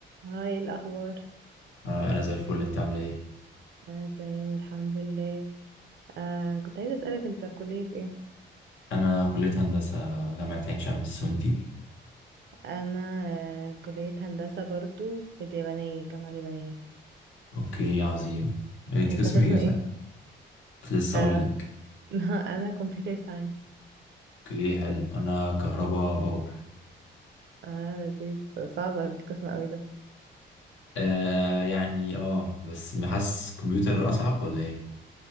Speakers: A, on the right (about 60°); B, on the left (about 70°).
A: هاي إيه الأخبار
B: آه، انا زي الفل انت عامل ايه
A: أنا تمام الحمد لله آه كنت عايزة أسألك أنت كلية إيه؟
B: انا كليه هندسه جامعه عين شمس وانتي
A: أنا آه كلية هندسة برضو في اليابانية الجامعة اليابانية
B: اوكي عظيم انت
A: أنت
B: قسم
A: قسم
B: ايه
A: إيه؟
B: صح كنت لسه
A: آه
B: اقول لك
A: <laughs> أنا كمبيوتر ساينس
B: اوكي حلو انا كهربا باور
A: آه لذيذ صعبة القسم أوي ده
B: آه يعني اه بس حاسس كمبيوتر اصعب ولا ايه